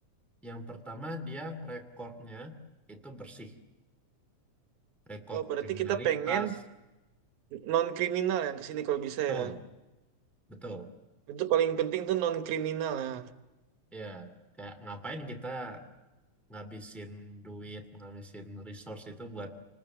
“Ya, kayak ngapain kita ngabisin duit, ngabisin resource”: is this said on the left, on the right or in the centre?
Centre